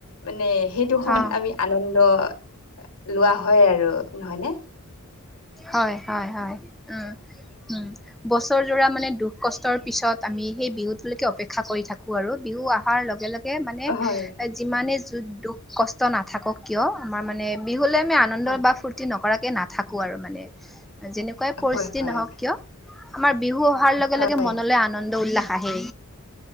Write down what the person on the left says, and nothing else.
মানে সেইটোখন
আমি আনন্দ লোৱা হয় আৰু নহয় নয়নে
হয়
হয়
হয় হয়
হয়